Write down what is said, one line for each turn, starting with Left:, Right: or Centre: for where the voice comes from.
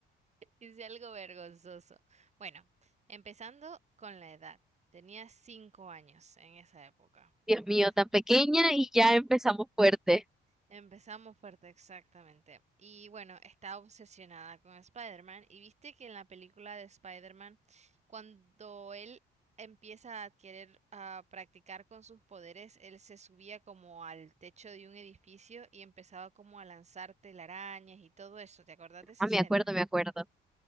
Right: Hice algo vergonzoso. Bueno, empezando con la edad. Tenía cinco años en esa época.
Centre: Dios
Right: Ah,
Centre: mío, tan pequeña y ya empezamos fuerte.
Right: Empezamos fuerte, exactamente. Y bueno, estaba obsesionada con Spider-Man. Y viste que en la película de Spider-Man, cuando él empieza a adquirir, a practicar con sus poderes, él se subía como al techo de un edificio y empezaba como a lanzar telarañas y todo eso. ¿Te acordás de esa
Centre: Ah,
Right: escena?
Centre: me acuerdo, me acuerdo.